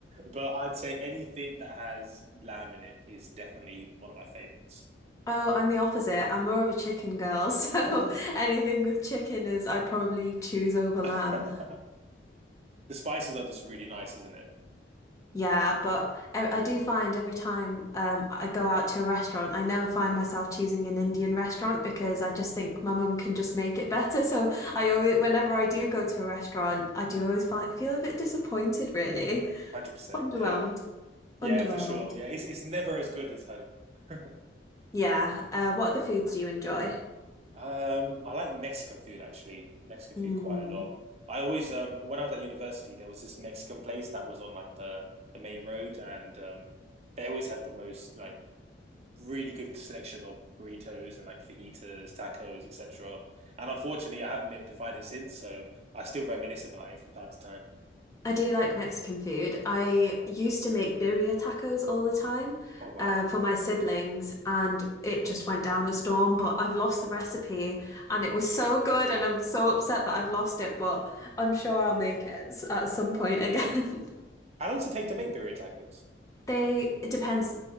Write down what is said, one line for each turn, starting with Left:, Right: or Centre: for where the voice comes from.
Right: but I'd say anything that has lamb in it is definitely one of my favorites. <gasps>
Left: Oh, I'm the opposite. I'm more of a chicken girl, <laughs> so
Right: Oh.
Left: anything with chicken is I'd probably choose over lamb.
Right: <laughs> The spices are just really nice, isn't it?
Left: Yeah, but I, I do find every time um, I go out to a restaurant, I never find myself choosing an Indian restaurant because I just think my mum can just make it better. <laughs> So I always, whenever I do go to a restaurant, I do always find, feel a bit disappointed, really.
Right: 100%.
Left: Underwhelmed.
Right: Yeah. Yeah,
Left: Underwhelmed.
Right: for sure. Yeah, it's it's never as good as home. <laughs>
Left: Yeah. Uh, what other foods do you enjoy?
Right: Um, I like Mexican food actually. Mexican
Left: Mm.
Right: food quite a lot. I always um when I was at university, there was this Mexican place that was on like the the main road, and um they always had the most like really good selection of burritos and like fajitas, tacos, etc. And unfortunately, I haven't been able to find it since, so I still reminisce about it from time to time.
Left: I do like Mexican food. I used to make birria tacos all the time
Right: Oh wow!
Left: uh, for my siblings, and it just went down a storm. But I've lost the recipe, and it was so good, and I'm so upset that I've lost it. But I'm sure I'll make it s- at some point again. <laughs>
Right: How long does it take to make birria tacos?
Left: They, it depends.